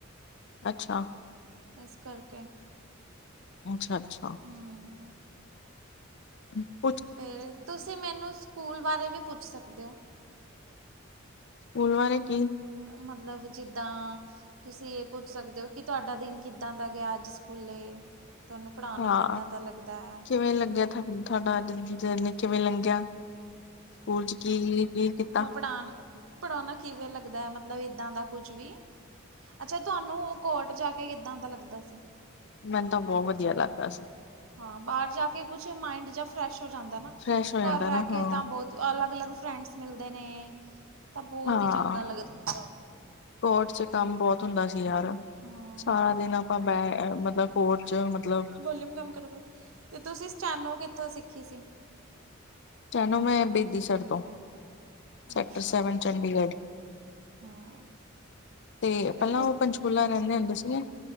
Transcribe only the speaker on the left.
ਅੱਛਾ
ਅੱਛਾ ਅੱਛਾ
ਹਮ <unintelligible>
ਸਕੂਲ ਬਾਰੇ ਕੀ
ਹਾਂ
ਕਿਵੇਂ ਲੱਗਿਆ ਤੁਹਾਨੂੰ ਤੁਹਾਡਾ ਅਜ ਕਿਵੇਂ ਲੰਘਿਆ, ਸਕੂਲ ਚ ਕੀ ਕੀ ਕੀਤਾ
ਮੈਨੂੰ ਤਾਂ ਬਹੁਤ ਵਧੀਆ ਲੱਗਦਾ ਸੀ
ਫਰੈਸ਼ ਹੋ ਜਾਂਦਾ
ਨਾ
ਹਾਂ
ਹਾਂ
ਕੋਰਟ ਚ ਕੰਮ ਬਹੁਤ ਹੁੰਦਾ ਯਾਰ,
ਸਾਰਾ ਦਿਨ ਆਪਾਂ ਬ ਮਤਲਬ ਕੋਟ ਚ, ਮਤਲਬ
ਸਟੈਂਨੋ ਮੈਂ ਬੇਦੀ ਸਰ ਤੋਂ, ਸੈਕਟਰ
ਸੈਵਨ ਚੰਡੀਗੜ੍ਹ
ਤੇ,
ਪਹਿਲਾਂ ਉਹ ਪੰਚਕੂਲਾ ਰਹਿੰਦੇ ਹੁੰਦੇ ਸੀਗੇ